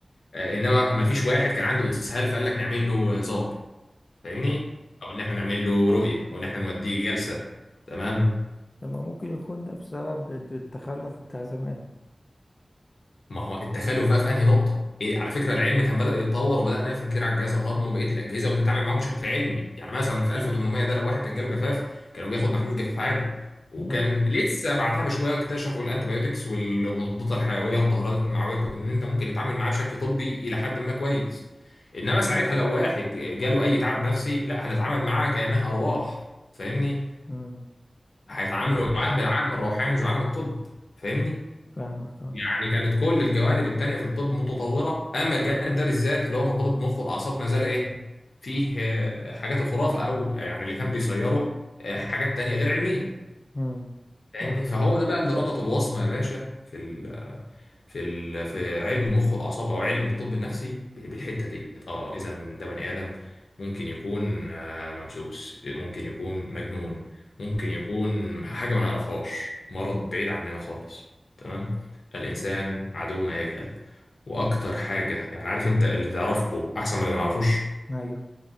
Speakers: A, on the left (about 80°); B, on the left (about 40°).
A: آه، انما ما فيش واحد كان عنده اسهال فقال لك نعمل له زار فاهمني او ان احنا نعمل له رؤيه او ان احنا نوديه جلسه تمام
B: طب ما ممكن يكون ده بسبب التخلف بتاع زمان
A: ما هو التخلف بقى في انهي نقطه إيه على فكره العلم كان بدا يتطور وبدانا نفهم كتير على الجهاز الهضمي وبقيه الاجهزه وبنتعامل معاهم بشكل علمي يعني مثلا في 1800 ده لو واحد كان جاله جفاف كانوا بياخد محلول جفاف عادي وكان
B: مم.
A: لسه بعدها بشويه اكتشفوا الانتيبيوتكس والمضادات الحيويه والمطهرات المعويه ان انت ممكن نتعامل معاه بشكل طبي الى حد ما كويس انما ساعتها لو واحد جاله اي تعب نفسي لا هنتعامل معاه كانها ارواح فاهمني
B: مم.
A: هيتعاملوا
B: فاهم
A: معاه بالعالم الروحاني مش بالعالم الطب فاهمني
B: فاهمك اه
A: يعني كانت كل الجوانب التانية في الطب متطورة أما الجانب ده بالذات اللي هو مرتبط بالمخ والأعصاب ما زال إيه فيه آه، حاجات الخرافة أو آه، يعني اللي كان بيصيره آه، حاجات تانية غير علمية
B: مم.
A: فاهمني
B: صح
A: فهو ده بقى اللي ربط الوصمة يا باشا في في ال... في علم المخ والاعصاب او علم الطب النفسي ب- بالحته ديت اه اذا ده بني ادم ممكن يكون آه، ممسوس ممكن يكون مجنون ممكن يكون حاجه ما نعرفهاش مرض بعيد عننا خالص تمام الانسان عدو ما يجهل واكتر حاجه يعني عارف انت اللي تعرفه احسن من اللي ما نعرفوش
B: ايوه